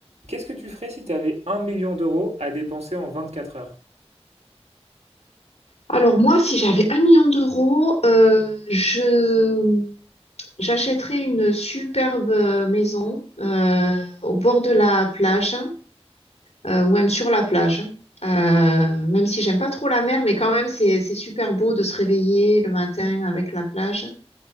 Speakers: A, on the right; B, on the left.
A: Qu'est-ce que tu ferais si tu avais un million d'euros à dépenser en 24 heures?
B: Alors moi, si j'avais un million d'euros, euh, je j'achèterais une superbe euh, maison euh, au bord de la plage euh, ou même sur la plage. Euh, même si j'aime pas trop la mer, mais quand même c'est c'est super beau de se réveiller le matin avec la plage